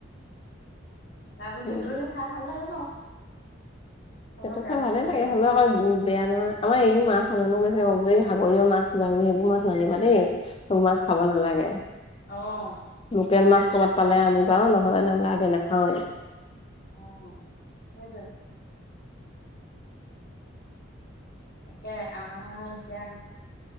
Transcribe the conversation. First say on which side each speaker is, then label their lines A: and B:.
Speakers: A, on the left; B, on the left.
A: তাৰপিছত
B: উম,
A: পেটু বোলো খাই ভাল লাগে বাৰু। লগত
B: সেইটো
A: তেল
B: খাই ভালে
A: চেলো
B: থাকে
A: যায়।
B: হ'লেও আকৌ বেয়া নহয় আমাৰ এইও মাছ আনো গৈছে। এই সাগৰীয় মাছ, কিবা কিবি সেইবোৰ মাছ নানিবা দেই সেইবোৰ মাছ খাব নালাগে।
A: অহ,
B: লোকেল মাছ ক'বাতালে আনিবা নহ'লে নহ'লে আগে নাখাওঁৱে।
A: অ, সেইটোৱে। একে আম এতিয়া